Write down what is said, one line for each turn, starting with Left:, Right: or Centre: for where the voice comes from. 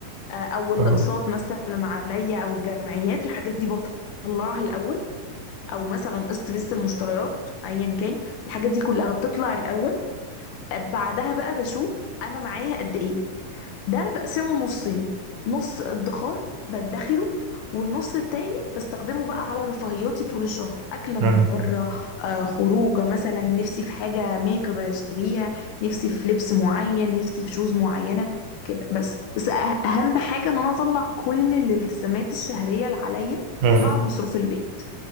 Left: آه، او الاقساط
Right: أهو.
Left: مثلا عليا او الجمعيات الحاجات دي بطلعها الاول او مثلا قسط فيست المشتريات ايا كان الحاجات دي كلها بتطلع الاول بعدها بقى بشوف انا معايا قد ايه ده بقسمه نصين نص ادخار بدخره والنص التاني بستخدمه بقى على رفاهياتي طول الشهر اكله
Right: مم.
Left: من بره آه خروجه مثلا نفسي في حاجه ميك اب اشتريها نفسي في لبس معين نفسي في شوز معينه كده بس بس أه- اهم حاجه ان انا اطلع كل الالتزامات الشهريه اللي عليا
Right: مم.
Left: مع مصروف البيت